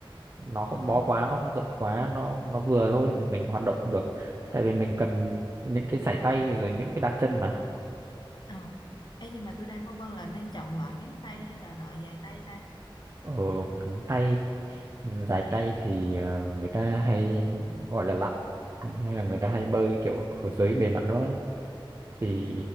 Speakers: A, on the right; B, on the left.
A: nó không
B: Ờ,
A: bó quá nó không rộng quá nó nó vừa thôi để mình hoạt động được tại vì mình cần những cái sải tay rồi những cái đạp chân mà
B: ờ. Ê nhưng mà tôi đang phân vân là nên chọn loại ngắn tay hay là loại dài tay ta.
A: ờ ngắn tay dài tay thì ờ, người ta hay gọi là lặn hay là người ta hay bơi kiểu ở dưới bề mặt nữa thì
B: Ừ.